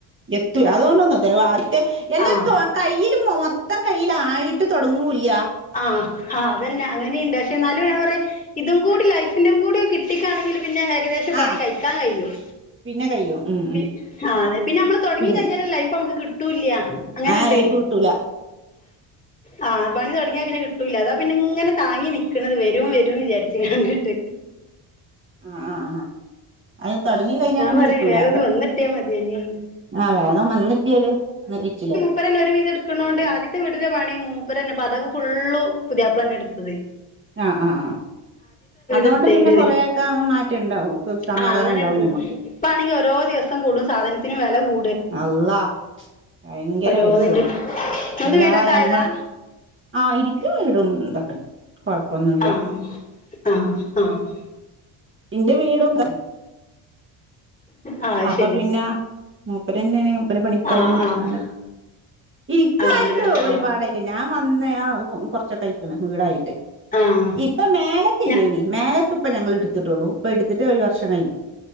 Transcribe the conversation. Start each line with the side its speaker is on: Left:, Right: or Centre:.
Right: എത്തും അതോണ്ടൊന്നും എത്തൂല <unintelligible> എന്നത്തും
Left: ആഹ്
Right: കയ്യില് മൊ ത്തം കയ്യിലായിട്ട് തൊടങ്ങുല്യാ
Left: ആഹ് ആ അതെന്നെ അങ്ങനെണ്ട് പക്ഷെ ന്നാലും ഞാൻ പറയാ ഇതും കൂടി ലൈഫിന്റേം കൂടിഒന്ന് കിട്ടിക്കാണെങ്കില് പിന്നെ ഏകദേശം പണി
Right: ആഹ്
Left: കഴിക്കാൻ കയ്യും
Right: <unintelligible> കയ്യും ഉം
Left: പി
Right: ഉം
Left: അതെ പിന്നമ്മള് തൊടങ്ങി
Right: പിൻ
Left: കഴിഞ്ഞാലെ ലൈഫമ്മക്ക് കിട് ട്ടുല്യ അങ്ങനെണ്ട്
Right: ആ ലൈഫ് കിട്ടൂല
Left: ആ പണി തൊട ങ്യാ പിന്നെ കിട്ടൂല്ല അതാ പിന്നെങ്ങനെ താങ്ങി നിക്ക്ണത് വെരും വെരും വിചാരിച്ച്ങ്ങാണ്ട്ട്ട്
Right: ആഹ് ആഹ് ആഹ് അത് തൊടങ്ങി കയ്ഞ്ഞാ
Left: ഞാൻ
Right: പിന്നെ
Left: പറയും
Right: കിട്ടൂല
Left: വേഗം ഒന്ന് വന്നിട്ടിയാ മതിയേനിന്ന്
Right: ആഹ് വേഗം വന്ന്ട്ട്യാല് ന്നാ കയ്ച്ചിലായി
Left: പ്പരെന്നെ ഒരു വിധം ഇട്ക്ക്ണോണ്ട് ആദ്യത്തെ വീടിന്റെ പണി മൂപ്പരെന്നെ പടവ് ഫുള്ളും പുതിയാപ്ലന്നെ ഇട്ത്തത്
Right: ആഹ് ആഹ് ആഹ് അതോണ്ട്
Left: എടുത്തതിന്റേത്
Right: പിന്നെ കൊറെക്കെ മാറ്റണ്ടാവും ഓക്ക് സമാധാനണ്ടാവും
Left: ആഹ് അങ്ങനെ ഒരു
Right: ഞമ്മ
Left: ഇപ്പാണെങ്കി ഓരോ ദിവസം കൂടും സാധനത്തിനും വെല കൂ
Right: അള്ളാഹ് ഭയങ്കര
Left: ഓരോന്നിന്റെ
Right: പൈസേണ്
Left: നിങ്ങൾത്
Right: എല്ലാ
Left: വീടൊക്കെ
Right: ഞമ്മളെ
Left: ആയതാ
Right: ആ ഇന്ക്ക് വീടും തൊക്കെണ്ട് കൊഴപ്പൊന്നു
Left: ആഹ് ആഹ് ആഹ്
Right: ഇന്റെ വീടും ക
Left: ആഹ് അത്
Right: അപ്പൊ
Left: ശരി
Right: പിന്നെ മൂപ്പരെന്നെണ് മൂപ്പരെ പണിക്കാരും
Left: ആഹ്
Right: വെച്ച്ക്കാണ്ടെ
Left: ആഹ്
Right: ഇക്കായിട്ടൊരുപാടായി
Left: ആഹ് അങ്ങനെട്ടാ
Right: ഞാൻ വന്ന് ആഹ് കൊർച്ചൊക്കായ്ക്ക്ണ് വീടായിട്ട്
Left: ആഹ്
Right: ഇപ്പം മേലെക്കില്ലേനി
Left: ഞ
Right: മേലെക്ക് ഇപ്പൊ ഞങ്ങള് ഇട്ത്ത്ട്ടൊള്ളു ഇപ്പൊ ഇട്ത്ത്ട്ട് ഒരു വർഷം കഴിഞ്